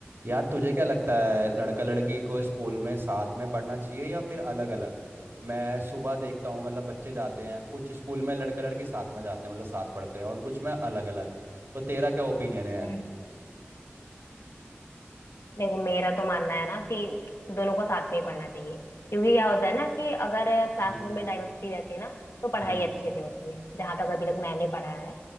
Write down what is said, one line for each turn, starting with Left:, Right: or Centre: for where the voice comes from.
Right: यार तुझे क्या लगता है लड़का लड़की को स्कूल में साथ में पढ़ना चाहिए या फिर अलग अलग मैं सुबह देखता हूँ मतलब बच्चे जाते हैं कुछ स्कूल में लड़का लड़की साथ में जाते हैं मतलब साथ पढ़ते हैं और कुछ में अलग अलग तो तेरा क्या ओपिनियन है
Left: हम्म। देखो मेरा तो मानना है ना कि दोनों को साथ में ही पढ़ना चाहिए क्योंकि क्या होता है ना कि अगर क्लासरूम
Right: हम्म
Left: में डाइवर्सिटी रहती है ना तो पढ़ाई
Right: हम्म
Left: अच्छे से होती है जहां तक अभी तक मैंने पढ़ा है